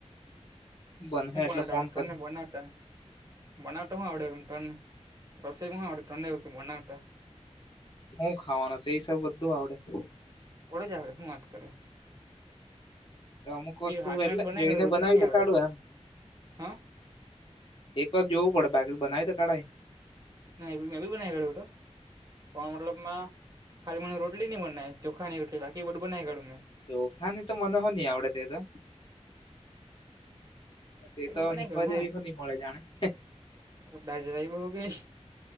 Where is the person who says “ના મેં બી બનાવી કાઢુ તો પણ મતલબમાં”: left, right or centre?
Right